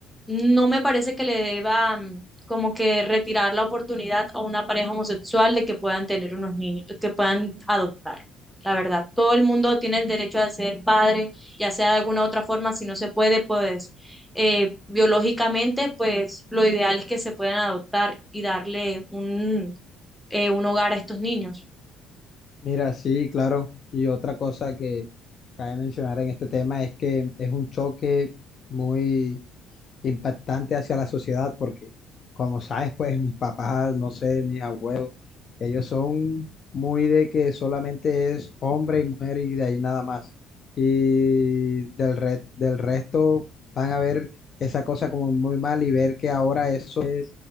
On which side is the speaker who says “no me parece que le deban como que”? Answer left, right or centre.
Centre